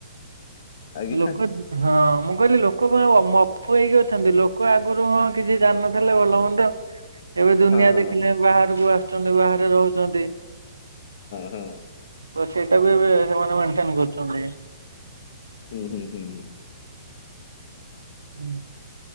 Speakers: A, on the left; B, on the right.
A: ଆଜ୍ଞା
B: ଲୋକ ହଁ ମୁଁ କହିଲି ଲୋକ କଣ ମଫୁ ହେଇକି ଅଛନ୍ତି, ଲୋକ ଆଗରୁ ହଁ କିଛି ଜାନିନଥିଲେ ଭଲ ମନ୍ଦ ଏବେ ଦୁନିଆ
A: ହଁ ହଁ
B: ଦେଖିଲେ, ବାହାରକୁ ଆସୁଛନ୍ତି ବାହାରେ ରହୁଛନ୍ତି।
A: ହଁ ହଁ
B: ତ ସେଇଟାକୁ ଏବେ ସେମାନେ ମେନଟେନ୍ କରୁଛନ୍ତି।
A: ହୁଁ ହୁଁ ହୁଁ ହୁଁ।
B: ହୁ